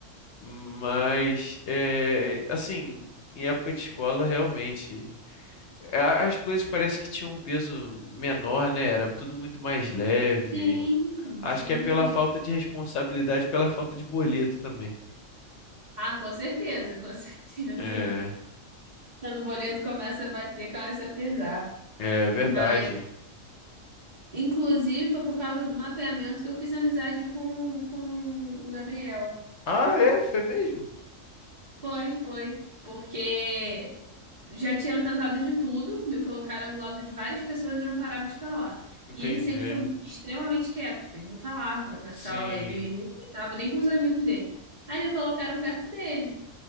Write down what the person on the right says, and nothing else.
sim,
sim.
Ah, com certeza, com <laughs> certeza.
Quando o boleto começa a bater, começa a pesar.
Mas, inclusive, foi por causa do mapeamento que eu fiz amizade com, com o Gabriel.
Foi, foi. Porque já tinham tentado de tudo, me colocaram do lado de várias pessoas e eu não parava de falar.
E ele sempre foi extremamente quieto, ele não falava na
sala, ele não estava nem com os amigos dele. Aí me colocaram perto dele.